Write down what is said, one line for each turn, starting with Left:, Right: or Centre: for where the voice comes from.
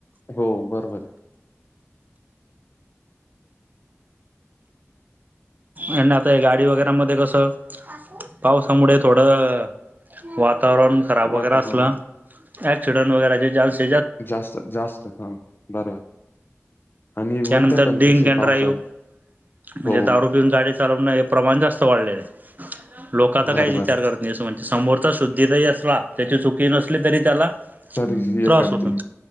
Left: हो बरोबर.
Right: आणि आता गाडी वगैरे मध्ये कसं. पावसामुळे थोडं वातावरण. खराब वगैे
Left: वाट
Right: असला
Left: हा
Right: क्सिडंट वगरेचे चान्स.
Left: जास्त जास्त हा बरोबर. आणि होते
Right: त्यानंतर
Left: पण
Right: डिंक
Left: तसे
Right: अँड
Left: पावसाळ
Right: ड्राईव्ह म्हणजे
Left: हो
Right: दारू पिऊन गाडी. प्रमाण जास्त वाढले लोक आता
Left: बरोबर
Right: काही विचार करत. म्हे समोरचा शुद्धी तही असला त्याची चुकी नसली तरी. त्याला
Left: तरी हे
Right: त्रास
Left: करतील
Right: होतो